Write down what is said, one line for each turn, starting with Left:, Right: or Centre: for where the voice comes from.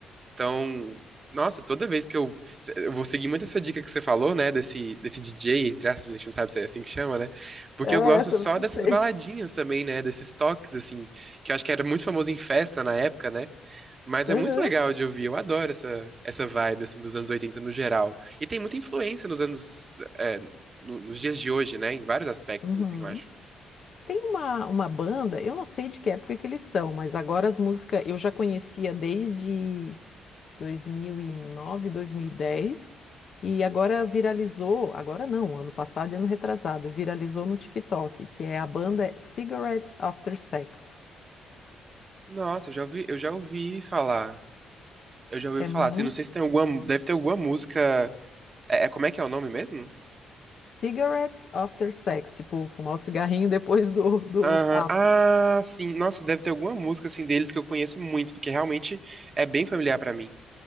Right: Então, nossa, toda vez que eu. Eu vou seguir muito essa dica que você falou, né, desse, desse DJ, entre aspas, a gente não sabe se é assim que chama, né? Porque
Left: é,
Right: eu gosto
Left: eu também
Right: só
Left: não
Right: dessas
Left: sei.
Right: baladinhas também, né, desses toques, assim, que eu acho que era muito famoso em festa na época, né? Mas
Left: Aham,
Right: é muito legal de ouvir, eu adoro essa, essa vibe, assim, dos anos 80 no geral. E tem muita influência nos anos, é, no- nos dias de hoje, né? Em vários aspectos,
Left: uhum.
Right: assim, eu acho.
Left: Tem uma, uma banda, eu não sei de que época que eles são, mas agora as músicas eu já conhecia desde 2009, 2010, e nove, dois mil e dez, e agora viralizou, agora não, ano passado e ano retrasado, viralizou no TikTok, que é a banda Cigarettes After Sex.
Right: Nossa, eu já ouvi, eu já ouvi falar. Eu já ouvi
Left: É
Right: falar,
Left: muito
Right: assim, não sei se tem alguma, deve ter alguma música, é, é- como é que é o nome mesmo?
Left: Cigarettes After Sex, tipo, fumar o cigarrinho <laughs> depois do, do
Right: Aham,
Left: ato.
Right: Ah, sim, nossa, deve ter alguma música, assim, deles que eu conheço muito, porque realmente é bem familiar pra mim.